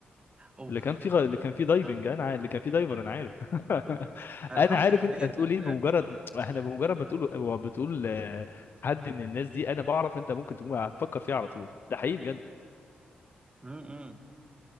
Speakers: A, on the right (about 25°); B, on the left (about 60°).
A: اوف
B: اللي كان فيه غ... اللي كان فيه دايفنج
A: ده خطير
B: انا عارف اللي كان فيه دايفر
A: خطير
B: انا عارف <laughs>
A: انا
B: انا
A: حافظ
B: عارف
A: الاغنيه
B: انت هتقول
A: اللي في
B: ايه
A: الاخر
B: بمجرد احنا بمجرد ما تقول بتقول آه، حد من الناس دي انا بعرف انت ممكن تكون هتفكر فيها على طول ده حقيقي بجد
A: امم